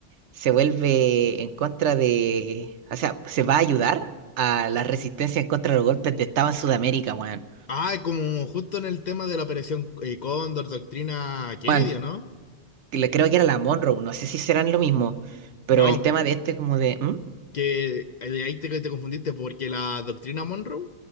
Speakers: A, on the right; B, on the left.
A: se vuelve en contra de... O sea, se va a ayudar a la resistencia en contra de los golpes de Estado en Sudamérica, weón.
B: Ah, como justo en el tema de la operación eh, Cóndor, doctrina Kennedy,
A: Bueno,
B: ¿o no?
A: que le- creo que era la Monroe, no sé si serán lo mismo, pero
B: No,
A: el tema de este como de, ¿Mm?
B: que de ahí te, te confundiste porque la doctrina Monroe